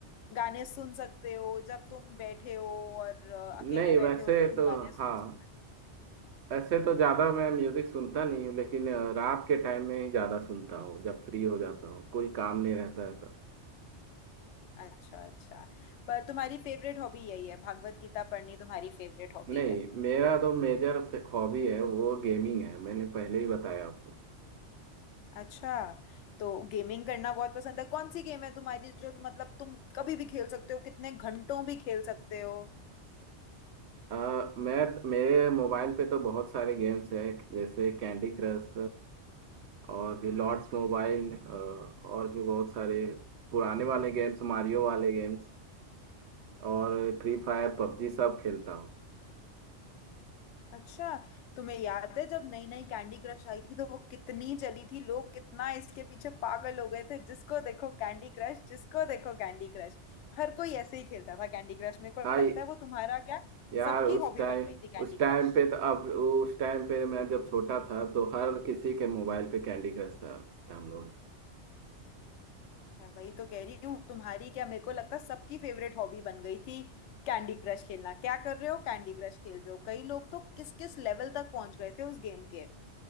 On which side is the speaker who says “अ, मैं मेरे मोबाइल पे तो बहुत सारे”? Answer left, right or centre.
Right